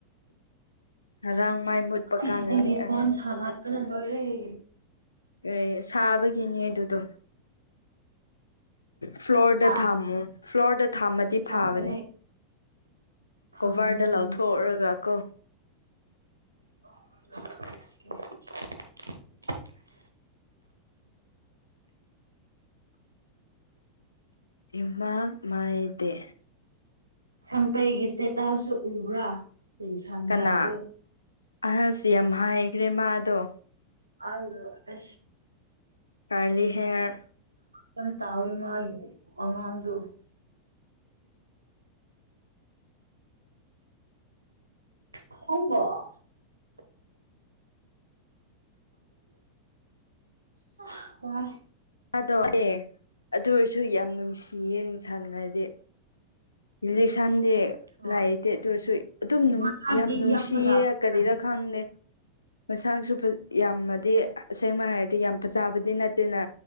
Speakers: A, on the left; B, on the right.
A: <inaudible> ꯃꯥꯏ ꯃꯨꯠꯄ
B: ꯑ
A: ꯀꯥꯟꯗꯗꯤ
B: ꯑꯩꯒꯤ ꯐꯣꯟ ꯁꯥꯒꯠꯄꯅ ꯂꯣꯢꯔꯦ
A: ꯑꯦ ꯁꯥꯕꯒꯤꯅꯦ ꯑꯗꯨꯗꯣ ꯐ꯭ꯂꯣꯔꯗ
B: ꯍꯥ
A: ꯊꯥꯝꯃꯨ ꯐ꯭ꯂꯣꯔꯗ ꯊꯥꯝꯃꯗꯤ
B: ꯊꯝꯕꯅꯦ
A: ꯐꯥꯕꯅꯤ
B: ꯊꯝꯕꯅꯦ
A: ꯀꯚꯔꯗꯣ ꯂꯧꯊꯣꯛꯔꯒꯀꯣ
B: ꯍꯧꯖꯤꯛ <inaudible>
A: <inaudible> ꯄꯤꯃꯥꯛ ꯃꯥꯏꯗꯦ
B: ꯁꯪꯄꯩꯒꯤ ꯁ꯭ꯇꯦꯇꯥꯁꯁꯨ ꯎꯕ꯭ꯔꯥ ꯁꯟꯒꯥꯏꯗꯨ
A: ꯀꯅꯥ ꯑꯁ ꯌꯥꯝ ꯍꯥꯏꯒ꯭ꯔꯦ ꯃꯥꯗꯣ
B: ꯑꯗꯨꯗꯣ ꯑꯁ
A: ꯀꯥꯥꯔꯂꯤ ꯍꯦꯌꯔ
B: ꯌꯥꯝ ꯇꯧꯋꯦ ꯃꯥꯢ ꯋꯥꯉꯥꯡꯗꯨ ꯈꯪꯕ <unintelligible> <unintelligible> ꯑ ꯋꯥꯔꯦ
A: <unintelligible> ꯑꯗꯨ ꯑꯣꯏꯔꯁꯨ ꯌꯥꯝ ꯅꯨꯡꯁꯤꯌꯦ ꯅꯨꯡꯁꯥꯅꯉꯥꯏꯗꯤ ꯂꯤꯁꯟꯗꯤ
B: ꯍꯣꯏ
A: ꯂꯥꯏꯇꯦ ꯑꯗꯨꯑꯣꯏꯁꯨ ꯑꯗꯨꯝ
B: ꯃꯥꯒꯤ
A: ꯌꯥꯝ ꯅꯨꯡꯁꯤꯌꯦ
B: ꯐꯖꯕ
A: ꯀꯔꯤꯔꯥ
B: ꯅꯠꯇꯦ
A: ꯈꯪꯗꯦ ꯃꯁꯥꯁꯨ ꯐꯖ ꯌꯥꯝꯅꯗꯤ ꯑꯁꯦꯡꯕ ꯍꯥꯏꯔꯗꯤ ꯌꯥꯝ ꯐꯖꯕꯗꯤ ꯅꯠꯇꯦꯅ